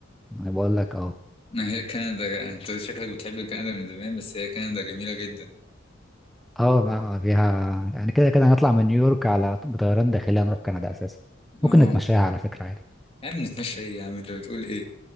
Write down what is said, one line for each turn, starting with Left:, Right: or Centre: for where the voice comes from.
Centre: أنا بقول لك
Left: <laughs> ما هي كندا انت شكلك بتحب كندا من زمان بس هي كندا جميلة جدا
Centre: اه بقى فيها يعني كده كده هنطلع من نيويورك على بطيران داخلي هنروح كندا اساسا
Left: اه
Centre: ممكن نتمشاها على فكرة عادي
Left: يا عم نتمشى ايه يا عم انت بتقول ايه